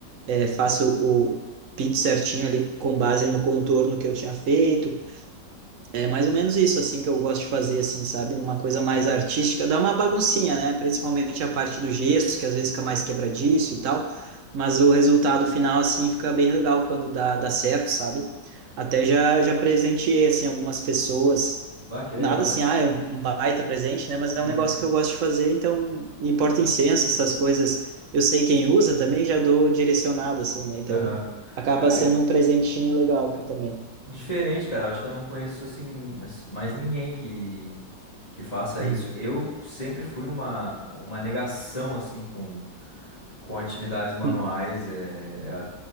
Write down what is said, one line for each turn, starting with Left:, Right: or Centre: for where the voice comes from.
Right: eh, faço o pinto certinho ali com base no contorno que eu tinha feito é mais ou menos isso, assim, que eu gosto de fazer, assim, sabe? Uma coisa mais artística. Dá uma baguncinha, né? Principalmente a parte do gesso, que às vezes fica mais quebradiço e tal. Mas o resultado final, assim, fica bem legal quando dá, dá certo, sabe? Até já, já presenteei, assim, algumas pessoas.
Left: Ah, que legal,
Right: Nada assim,
Left: cara.
Right: ah, é um baita presente, né? Mas é
Left: Uhum.
Right: um negócio que eu gosto de fazer, então... E porta-incenso, essas coisas. Eu sei quem usa também, já dou direcionado, assim, né? Então,
Left: Aham.
Right: acaba
Left: Cara,
Right: sendo um presentinho legal que eu também.
Left: Diferente, cara. Eu acho que eu não conheço assim as- mais ninguém que que faça
Right: Hum.
Left: isso. Eu sempre fui uma uma negação assim com com atividades manuais,
Right: <laughs>
Left: é, é a-